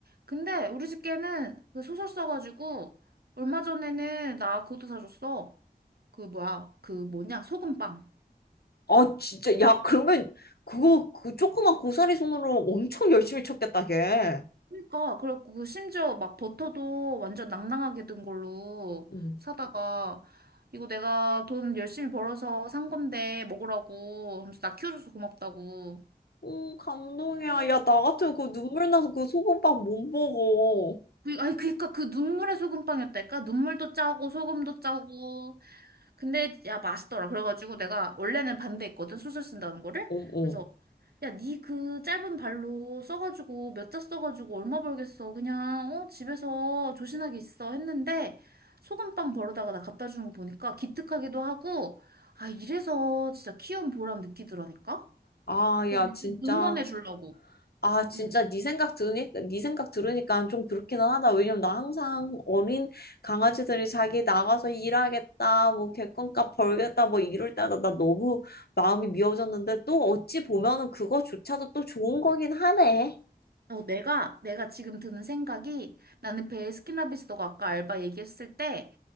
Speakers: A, on the right; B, on the left.
A: 근데 우리 집 개는 그 소설 써가지고 얼마 전에는 나 그것도 사줬어. 그 뭐야? 그 뭐냐? 소금빵.
B: 아, 진짜. 야, 그러면 그거 그 조그만 고사리 손으로 엄청 열심히 쳤겠다, 걔.
A: 그러니까 그래갖고 그 심지어 막 버터도 완전 낭낭하게 든 걸로
B: 응.
A: 사다가 이거 내가 돈 열심히 벌어서 산 건데 먹으라고 하면서 나 키워줘서 고맙다고
B: 음, 감동이야.
A: 그리고
B: 야, 나 같으면 그 눈물 나서 그 소금빵 못 먹어.
A: 그- 아니 그니까 그 눈물의 소금빵이었다니까 눈물도 짜고 소금도 짜고 근데 야 맛있더라. 그래가지고 내가 원래는 반대했거든 수술 쓴다는 거를.
B: 어,
A: 그래서
B: 어.
A: 야 니 그 짧은 발로 써가지고 몇 자 써가지고 얼마 벌겠어. 그냥 어 집에서 조신하게 있어 했는데 소금빵 벌어다가 나 갖다 주는 거 보니까 기특하기도 하고 아 이래서 진짜 키운 보람 느끼더라니까.
B: 아,
A: 그래서
B: 야, 진짜.
A: 좀 응원해 주려고.
B: 아, 진짜
A: 응.
B: 네 생각 들으니까, 네 생각 들으니까 좀 그렇기는 하다. 왜냐면 나 항상 어린 강아지들이 자기 나가서 일하겠다, 뭐 객관값 벌겠다, 뭐 이럴 때마다 나 너무 마음이 미어졌는데 또 어찌 보면은 그거조차도 또 좋은 거긴 하네.
A: 어, 내가, 내가 지금 드는 생각이 나는 베스킨라빈스 너가 아까 알바 얘기했을 때